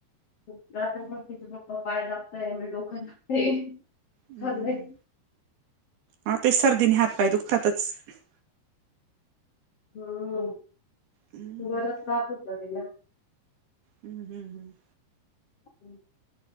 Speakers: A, on the left (about 45°); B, on the right (about 70°).
A: उठला त मग तीज पप्पा पाय दाबतय, मी डोकं दाबते
B: हम्म. हा ते सर्दीने हातपाय दुखतातच
A: हम्म,
B: हम्म
A: जोरात ताप घेतला तिला
B: हम्म -हम्म -हम्
A: हम्